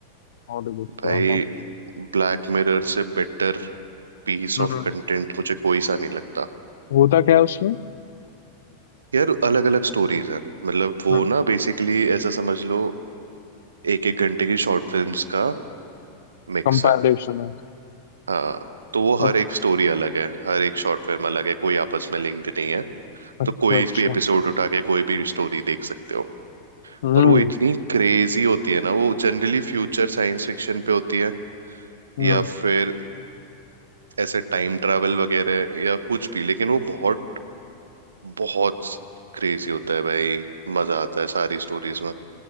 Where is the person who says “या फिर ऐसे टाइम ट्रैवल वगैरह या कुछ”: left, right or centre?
Right